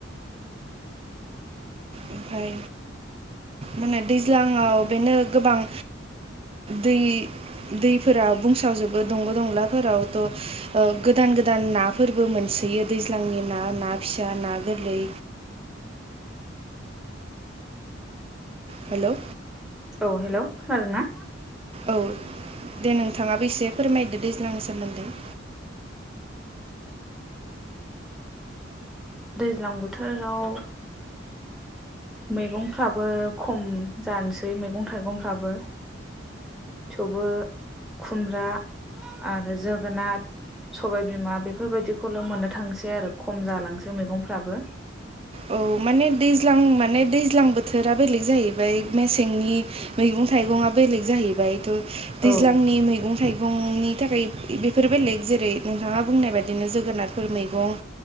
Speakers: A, on the right; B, in the centre.
A: ओमफाय मानो दैज्लङाव बेनो गोबां दै-दैफोरा बुंसावजोबो दंग' दंलाफोराव थ' गोदान गोदान नाफोरबो मोनसोयो दैज्लांनि ना ना फिसा ना गोरलै। हेलौ
B: औ हेलौ खोनादों ना?
A: औ दे नोंथाङाबो एसे फोरमायदो दैज्लांनि सोमोन्दै <inaudible>
B: दैज्लां बोथोराव मैगंफ्राबो खम जानोसै मैगं थाइगंफ्राबो थेवबो खुमब्रा आरो जोगोनार सबायबिमा बेफोरबायदिखौल' मोननो थांसै आरो खम जालांसै मैगंफ्राबो।
A: औ माने दैज्लां माने दैज्लां बोथोरा बेलेग जाहैबाय मेसेंनि मैगं थाइगंआ बेलेग जाहैबाय। थ' दैज्लांनि
B: औ
A: मैगं थाइगं सुबुंनि थाखाय बेफोर बेलेग जेरै नोंथाङा बुंनाय बायदिनो जोगोनारफोर मैगं